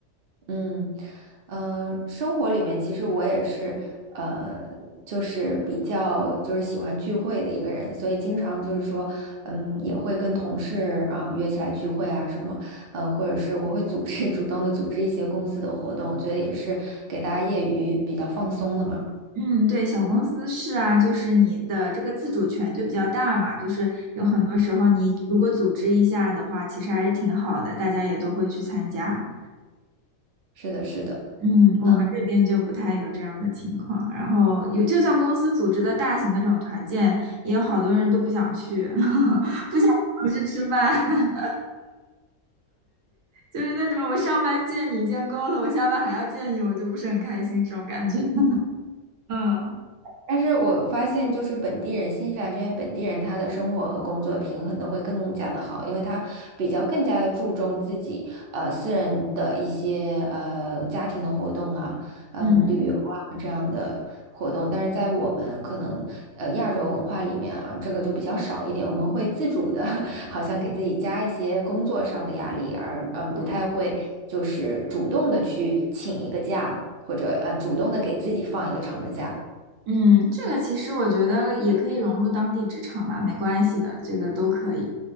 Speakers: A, on the right; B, on the right.
A: 嗯，嗯，生活里面其实我也是，呃，就是比较就是喜欢聚会的一个人，所以经常就是说，嗯，也会跟同事啊约起来聚会啊什么，呃，或者是我会组织 <laughs> 主动的组织一些公司的活动，我觉得也是给大家业余比较放松了嘛。
B: 嗯，对，小公司是啊，就是你的这个自主权就比较大嘛，就是有很多时候你如果组织一下的话，其实还是挺好的，大家也都会去参加。
A: 是的，是的。
B: 嗯，我们这边就不太有这样的情况，
A: 嗯。
B: 然后有，就算公司组织的大型的这种团建，也有好多人都不想去，<laughs> 不想回去吃饭，<laughs> 就是那种我上班见你见够了，我下班还要见你，我就不是很开心这种感觉。<laughs> 嗯
A: 但是我发现，就是本地人，新西兰这边本地人，他的生活和工作平衡的会更加的好，因为他比较更加的注重自己呃私人的一些呃家庭的活动啊，嗯、
B: 嗯，
A: 旅游啊这样的活动。但是在我们可能呃亚洲文化里面啊，这个就比较少一点，我们会自主的，<laughs> 好像给自己加一些工作上的压力，而嗯不太会就是主动的去请一个假，
B: 对。
A: 或者呃主动的给自己放一个长的假。
B: 嗯，这个其实我觉得也可以融入当地职场吧，没关系的，这个都可以，